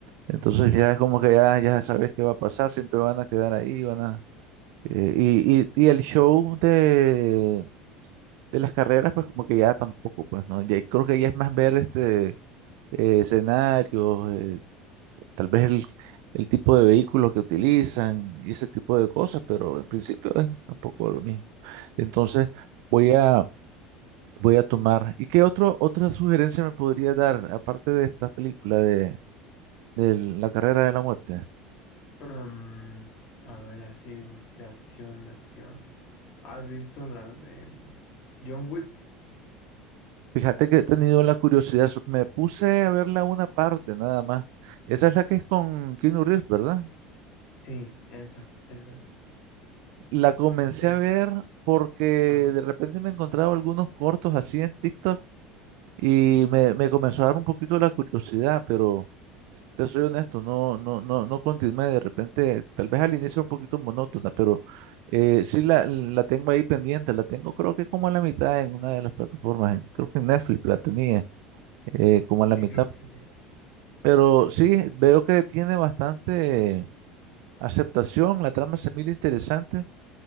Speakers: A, on the right; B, on the left.
A: Entonces
B: claro.
A: ya es como que ya, ya sabes qué va a pasar, siempre van a quedar ahí, van a... eh, y, y, y el show de, de las carreras, pues como que ya tampoco, pues, ¿no? Ya creo que ya es más ver este eh, escenarios, eh, tal vez el, el tipo de vehículo que utilizan y ese tipo de cosas, pero en principio es un poco lo mismo. Entonces voy a, voy a tomar... ¿Y qué otro, otra sugerencia me podría dar, aparte de esta película de, de La carrera de la muerte?
B: Um, a ver, así de acción, de acción. ¿Has visto las de mm, John Wick?
A: Fíjate que he tenido la curiosidad, so- me puse a verla una parte nada más. Esa es la que es con Keanu Reeves, ¿verdad?
B: Sí, esas, esas.
A: La comencé
B: Es.
A: a ver porque
B: Ajá.
A: de repente me encontraba algunos cortos así en TikTok y me, me comenzó a dar un poquito la curiosidad, pero te soy honesto, no, no, no, no continué. De repente, tal vez al inicio era un poquito monótona, pero eh, sí la, la tengo ahí pendiente, la tengo creo que como a la mitad en una de las plataformas, en- creo que en Netflix la tenía eh, como a la
B: Sí,
A: mitad
B: creo que sí.
A: Pero sí, veo que tiene bastante aceptación, la trama se mira interesante,